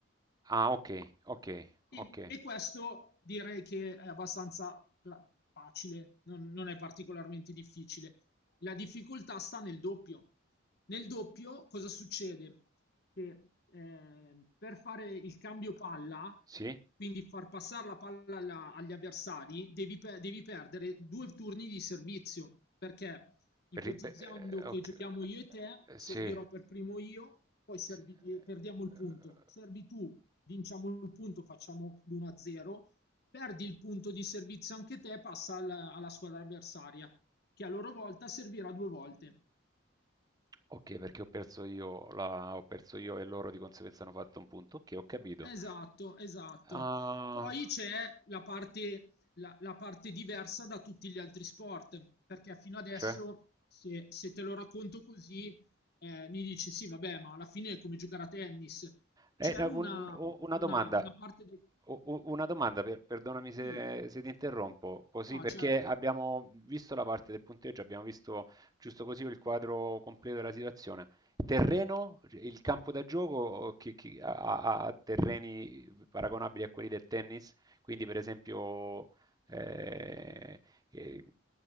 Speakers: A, on the right; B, on the left.
A: Ah, ok, ok,
B: E,
A: ok.
B: e questo direi che è abbastanza la- facile, non, non è particolarmente difficile. La difficoltà sta nel doppio. Nel doppio cosa succede? Che eh, per fare il cambio palla,
A: Sì?
B: quindi far passare la palla alla- agli avversari, devi, pe- devi perdere due turni di servizio, perché ipotizzando
A: Per, per- eh,
B: che
A: ok,
B: giochiamo io e te,
A: eh,
B: servirò
A: sì.
B: per primo io, poi servi-
A: Sì, eh,
B: eh, perdiamo il punto. Servi tu, vinciamo il punto, facciamo l'1-0, perdi il punto di servizio anche te, passa al- alla squadra avversaria, che a loro volta servirà due volte.
A: Ok, perché ho perso io, la- ho perso io e loro di conseguenza hanno fatto un punto. Ok, ho capito.
B: Esatto, esatto.
A: Ah,
B: Poi c'è la parte, la, la parte diversa da tutti gli altri sport, perché fino adesso,
A: c'è?
B: se, se te lo racconto così, eh, mi dici sì, vabbè, ma alla fine è come giocare a tennis.
A: Eh,
B: C'è
A: no,
B: una,
A: un- u- una
B: una-
A: domanda,
B: una parte del...
A: u- u- una domanda per- perdonami se,
B: Sì,
A: se ti interrompo, così
B: no,
A: perché
B: certo,
A: abbiamo visto la parte del punteggio, abbiamo visto giusto così il quadro completo della situazione. Terreno, il campo da gioco che, che ha, ha- ha terreni paragonabili a quelli del tennis, quindi per esempio eh, eh,